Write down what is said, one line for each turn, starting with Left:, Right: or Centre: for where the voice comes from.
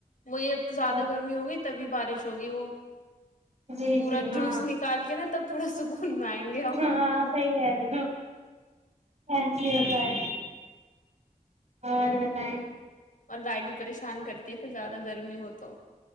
Left: وہی اب تو زیادہ
Right: اور
Left: گرمی ہوگی تبھی بارش شوگی وہ
Right: جی
Left: پورا
Right: جی ہاں
Left: جوس نکال کے نا تب <inaudible> گے ہم
Right: ہاں صحی کہہ رہی ہاں ایس ہوتا ہے اور بتائیں
Left: اور لائٹ بھی پریشان کرتی ہے پھر زیادہ گرمی ہو تو